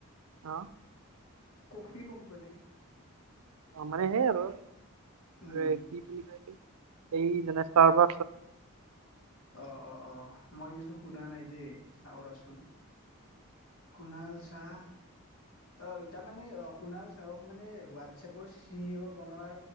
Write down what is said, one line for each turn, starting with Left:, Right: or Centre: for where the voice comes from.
Right: অ,
Left: কফি কোম্পানী?
Right: অ মানে সেই আৰু
Left: উম,
Right: এ কি বুলি <inaudible> এই যেনে ষ্টাৰ <inaudible>
Left: অ, অ, অ, মই কিন্তু শুনা নাই দেই চাও ৰচন। কুণাল শাহ ত ইতিয়া মানে অ কুণাল চওক মানে হোৱাটছএপৰ চি অ বনোৱাৰ